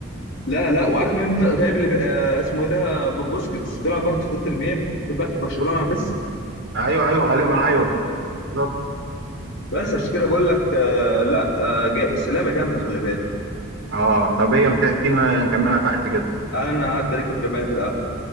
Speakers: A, on the left; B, on the right.
A: لا لا وعارف مين ط- طيب اللي بقى آه، اسمه ايه ده ب- بوسكيتس بيلعب برضه في انتر ميامي اللي كان بقى في برشلونه
B: ب-
A: مع ميسي
B: ايوه ايوه غالبا ايوه بالظبط
A: بس عشان كده بقول لك آه، لا آه، جا- بس اللعبه جامده خلي بالك
B: اه طب ايه ما تحكي لنا نكملها تحت كده
A: تعالى انا هعدي عليكم نكملها في القهوه